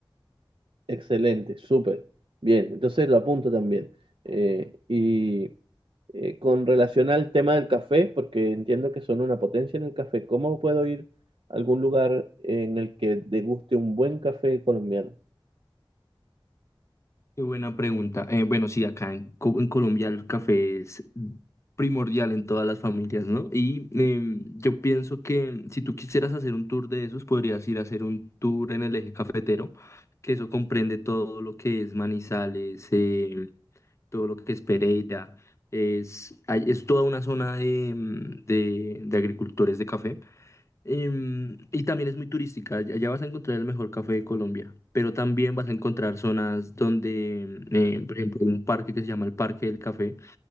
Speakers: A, on the right; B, on the left.
A: Excelente, súper. Bien, entonces lo apunto también. Eh, y eh, con relación al tema del café, porque entiendo que son una potencia en el café, ¿cómo puedo ir a algún lugar en el que deguste un buen café colombiano?
B: Qué buena pregunta. Eh, bueno, sí, acá en, Co- en Colombia el café es primordial en todas las familias, ¿no? Y em, yo pienso que si tú quisieras hacer un tour de esos, podrías ir a hacer un tour en el eje cafetero, que eso comprende todo lo que es Manizales, em, todo lo que es Pereira. Es, hay- es toda una zona de, mm, de- de agricultores de café. Em, y también es muy turística. Allá allá vas a encontrar el mejor café de Colombia, pero también vas a encontrar zonas donde, eh, por ejemplo, un parque que se llama el Parque del Café,